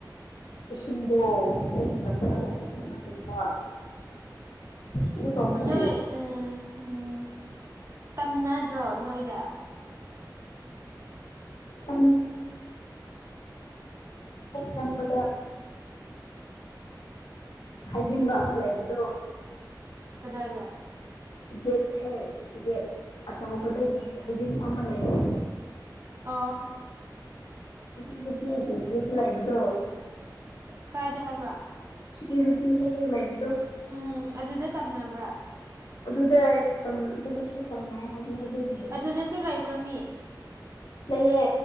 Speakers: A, on the left; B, on the right.
A: ꯏꯁꯤꯡꯗꯣ ꯆꯞ ꯈꯣꯒꯠꯆꯕꯒꯨꯝꯕ ꯑꯗꯨ ꯇꯧꯕꯅꯦ
B: ꯅꯣꯏ ꯎꯝ ꯎꯝ ꯇꯝꯅꯗ꯭ꯔꯣ ꯅꯣꯏꯗ <unintelligible>
A: <unintelligible> ꯆꯪꯗ ꯍꯥꯏꯖꯤꯟꯕ ꯑꯃ ꯂꯩꯕꯗꯣ
B: ꯀꯗꯥꯏꯗ
A: ꯒꯦꯠ ꯍꯦ ꯒꯦꯠ ꯑꯆꯧꯕꯗꯒꯤ ꯍꯩꯖꯤꯟꯕ ꯑꯃ ꯂꯩꯕ
B: ꯑꯥ
A: ꯁꯤꯀꯕꯠꯇꯤꯗꯤ ꯌꯧꯏꯕꯨꯗꯣ
B: ꯀꯥꯏꯗ ꯍꯥꯏꯕ
A: ꯁꯦꯀ꯭ꯌꯨꯔꯤꯇꯤ ꯍꯦꯛ ꯍꯦꯛ ꯂꯩꯕꯗꯣ
B: ꯎꯝ ꯑꯗꯨꯗ ꯇꯝꯅꯕ <unintelligible>
A: ꯑꯗꯨꯗ ꯑꯗꯨꯗꯁꯨ ꯇꯝꯅꯏ ꯍꯥꯏꯕꯅꯦ ꯑꯗꯨꯒꯤ
B: ꯑꯗꯨꯗꯁꯨ ꯂꯩꯕ꯭ꯔꯥ ꯃꯤ
A: ꯅꯌꯦ